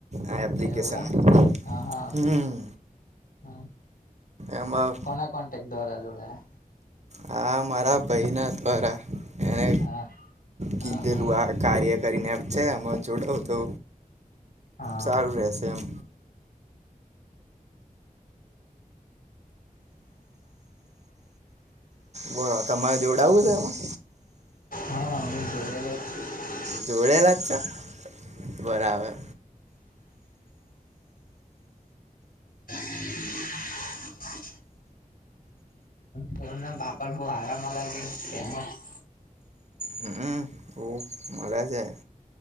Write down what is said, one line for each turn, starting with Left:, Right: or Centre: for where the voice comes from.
Right: આ એપ્લિકેશન
Left: એવું હ હા હા
Right: હમ
Left: હમ.
Right: એમાં
Left: કોના કોન્ટેક્ટ દ્વારા જોડાયા?
Right: હા મારા ભાઈ ના દ્વારા. એને
Left: હા.
Right: કીધેલું
Left: હા હા
Right: આ કાર્ય કરીને છે જોડાવ તો.
Left: હા
Right: સારું રહેશે એમ. બોલો તમારે જોવડ આવું છે એમાં?
Left: હા હું જો એ <unintelligible>
Right: જોડેલા જ છે બરાબર.
Left: <inaudible> કર ના બાપા ભહ હરા મલા કે ફેમસ <unintelligible>
Right: હમ બ મળે છે.